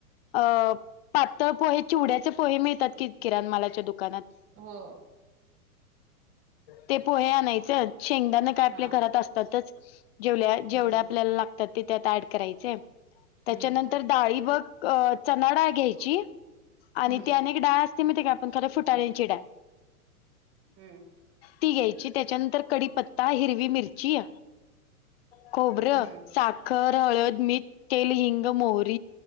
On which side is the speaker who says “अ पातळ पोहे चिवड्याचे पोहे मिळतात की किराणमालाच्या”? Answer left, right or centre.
Left